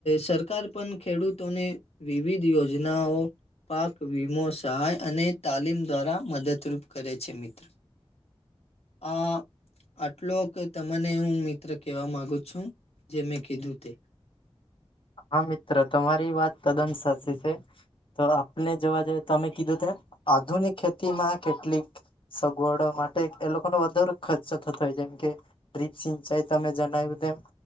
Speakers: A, on the left (about 85°); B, on the left (about 60°).
A: સરકાર પણ ખેડૂતોને વિવિધ યોજનાઓ પાક વીમો સહાય અને તાલીમ દ્વારા મદદરૂપ કરે છે મિત્ર અં આટલોક તમને હું મિત્ર કહેવા માગુ છું જે મેં કીધું તે
B: હા મિત્ર તમારી વાત તદન સાચી છે તો આપલે જોવા જેઈ તમે કીધું તેમ આધુનિક ખેતી માં કેટલીક સગવડો માટે એ લોકોનો વધારે ખર્ચો થતો હોય જેમ કે ટ્રીપ સિંચાઈ તમે જનાય્વુ તેમ